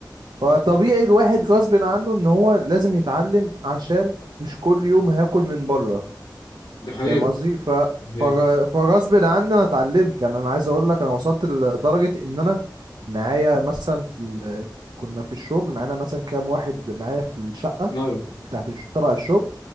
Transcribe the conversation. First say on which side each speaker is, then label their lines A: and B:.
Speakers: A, on the right (about 70°); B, on the left (about 80°).
A: فطبيعي
B: بز-
A: الواحد غصب عنه ان هو لازم يتعلم عشان مش كل يوم هاكل من بره
B: ده حقيقة
A: فاهم قصدي ف
B: ده حقيقة
A: فغ- فغصب عني انا اتعلمت يعني انا عايز اقول لك انا وصلت لدرجه ان انا معايا مثلا في ال... كنا في الشغل معانا مثلا كام واحد معايا في الشقه
B: لا
A: بتاعت الش... تبع الشغل